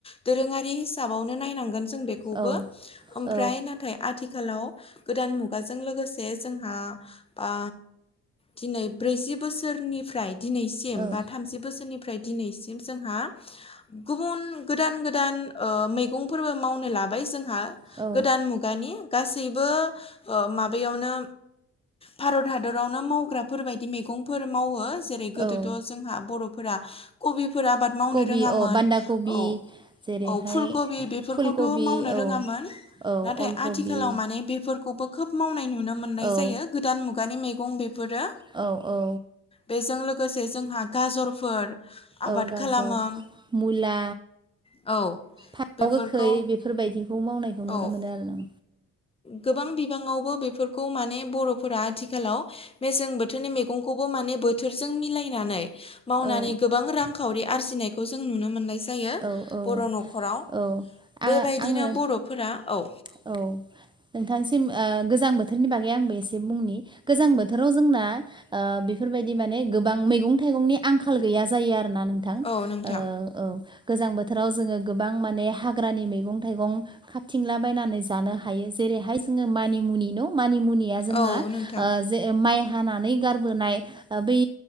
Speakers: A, on the left (about 20°); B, on the right (about 15°).
A: दोरोङारि हिसाबावनो नायनांगोन जों बेखौबो।
B: औ
A: ओमफ्राय
B: औ
A: नाथाय आथिखालाव गोदान मुगाजों लोगोसे जोंहा बा दिनै ब्रैजि बोसोरनिफ्राय दिनैसिम
B: औ
A: बा थामजि बोसोर फ्राय दिनैसिम जोंहा गुबुन गोदान गोदान ओ मैगंफोरबो मावनो लाबाय जोंहा।
B: औ
A: गोदान मुगानि गासैबो ओ माबायावनो भारत हादरावनो मावग्राफोरबायदि मैगंफोर मावो जे रै गोदोथ'
B: औ
A: जोंहा बर'फोरा कबिफोर आबाद मावनो
B: कबि
A: रोङामोन।
B: अ बान्दा कबि
A: औ
B: जेरैहाय
A: औ फुलकबि बे बेफोरखौथ'
B: फुलकबि
A: मावनो
B: औ
A: रोङामोन
B: औ
A: नाथाय
B: अलकबि
A: आथिखालाव मान बेफोरखौबो खोब मावनाय नुनो मोननाय
B: औ
A: जायो गोदान मुगानि मैगं बेफोरो
B: औ औ
A: बेजों लोगोसे जोंहा गाजरफोर आबाद
B: औ गाजर
A: खालामो
B: मुला
A: औ
B: फानथाव
A: बेफोरखौ
B: गोखै बेफोरबायदिखौ मावनायखौ नुनो
A: औ
B: मोनो आरो नों
A: गोबां बिबाङावबो बेफोरखौ माने बर'फोरा आथिखालाव मेसें बोथोरनि मैगंखौबो माने बोथोरजों मिलायनानै मावनानै
B: औ
A: गोबां रांखावरि आरजिनायखौ जों नुनो मोनलायसै जायो
B: औ औ
A: बर' न'खराव
B: औ आ
A: बेबायदिनो
B: आङो
A: बर'फोरा औ
B: औ नोंथांसिम ओ गोजां बोथोरनि बागै आंबो एसे बुंनि गोजां बोथोराव जोंना ओ बेफोरबायदि माने गोबां मैगं -थाइगंनि आंखाल गैया जायो आरोना नोंथां
A: औ नोंथां
B: औ गोजां बोथोराव जोङो गोबां माने हाग्रानि मैगं थाइगं खाबथिंला बायनानै जानो हायो जेरैहाय मानि मुनि न' मानि मुनिया जोंना
A: औ नोंथां
B: ओ माइ हानानै गारबोनाय बै